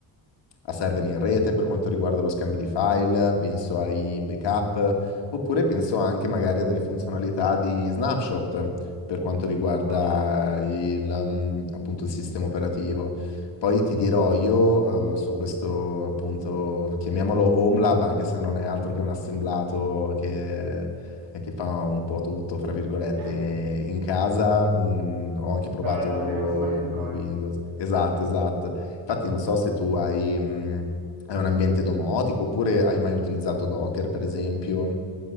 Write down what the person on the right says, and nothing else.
ah, certo,
<laughs>
era davvero smanettone.